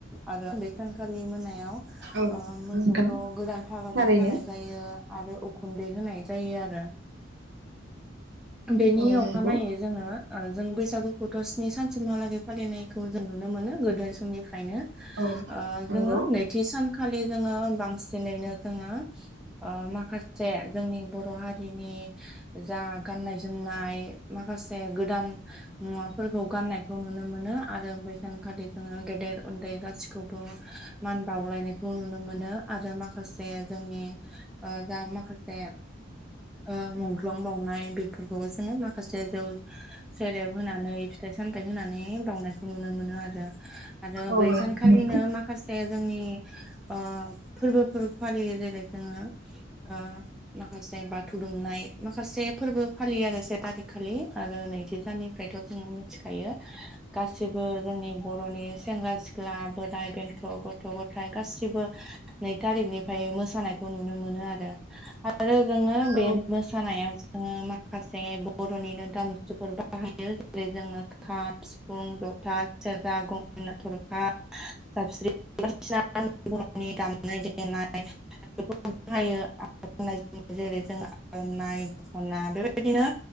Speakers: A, in the centre; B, on the right.
A: आरो बे सानखालि मोनायाव
B: औ
A: ओ मोसौखौ
B: नोंथां
A: गोदान फागाजों
B: थारैनो
A: खानाय जायो। आरो उखुन्दै होनाय जायो आरो बेनि
B: औ
A: अखानायै
B: नंगौ
A: जोङो ओ जों बैसागुखौथ' स्नि सानसिमहालागै फालिनाय खौ‌ जों नुनो मोनो गोदो समनिफ्रायनो
B: औ
A: ओ
B: नंगौ
A: जोङो नै थि सानखालि जोङो बांसिनैनो जोङो ओ माखासे, जोंनि बर' हारिनि जा गाननाय-जोमनाय माखासे गोदान मुवाफोरखौ गाननायखौ नुनो मोनो। आरो बै सानखालि जोङो गेदेर उन्दै गासिखौबो मान बावलायनायखौ नुनो मोनो। आरो माखासे जोंनि ओ जा माखासे ओ मुंख्लं बाउनाय बेफोरखौ जोङो माखासे जौ सेरेब होनानै फिथाइ सामथायाइ होनानै बावनायखौ नुनो मोनो आरो आरो
B: औ
A: बै
B: नंगौ
A: सानखालिनो माखासे जोंनि ओ फोरबोफोर फालियो जेरै जोङो माखासे बाथौ दुमनाय माखासे फोरबो फालियो आरो से थारिखखालि आरो नैथि साननि थ' जोङो मिथिखायो गासिबो जोंनि बर'नि सेंग्रा सिख्ला बोराइ बेन्थ' गथ' गथाय गासिबो नै थारिखनिफ्राय मोसानायखौ नुनो मोनो आरो आरो जोङो
B: औ
A: बे मोसा नायाव जोङो माखासे बर'निनो दामजुफोर <inaudible> बाहायो जेरै जोङो <inaudible> खाम सिफुं जथा सेरजा गंग नाथरखा <inaudible> साबस्रि बायदिसिनानि दाम <inaudible> नाय देनाय बेफोरखौ <inaudible> जेरै जों आर'नाइ दख'ना आरो <inaudible> बेफोरबायदिनो